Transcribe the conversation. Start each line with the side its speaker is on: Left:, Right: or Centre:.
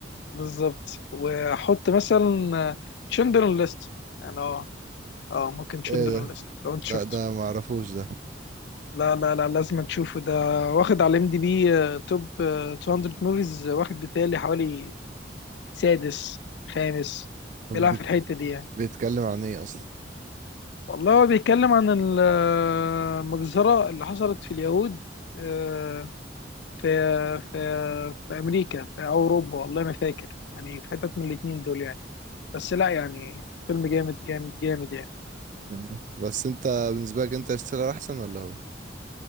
Left: بالظبط واحط مثلا تشندر ليست يعني اه اه ممكن تشندر
Right: ايه ده
Left: ليست لو انت شفته
Right: لا ده معرفوش ده
Left: لا لا لا لازم تشوفه ده واخد على ام دي بي توب آه، 200 موفيز واخد بتالي حوالي سادس خامس
Right: طب
Left: بيلعب
Right: بيت-
Left: في الحتة دي يعني
Right: بيتكلم عن ايه اصلا
Left: والله هو بيتكلم عن ال- آه، المجزرة اللي حصلت في اليهود آه، في في في أمريكا في أوروبا والله ما فاكر يعني في حتت من الاتنين دول يعني بس لا يعني فيلم جامد جامد جامد يعني
Right: مم. بس انت بالنسبة لك انترستيلر احسن ولا هو